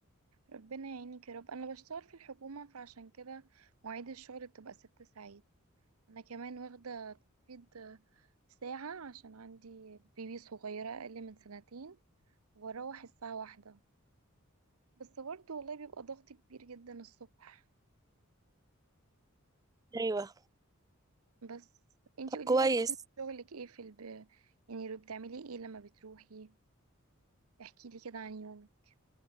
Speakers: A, on the right; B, on the right.
A: ربنا يعينك يا رب أنا بشتغل في الحكومة فعشان كده مواعيد الشغل بتبقى ست ساعات أنا كمان واخدة تخفيض آه، ساعة عشان عندي بيبي صغيرة أقل من سنتين واروح الساعة واحدة بس برضه والله بيبقى ضغط كبير جدا الصبح
B: ايوه
A: بس انتي
B: طب
A: قوليلي
B: كويس
A: روتين شغلك ايه في الب... يعني رو- بتعملي ايه لما بتروحي احكيلي كده عن يومك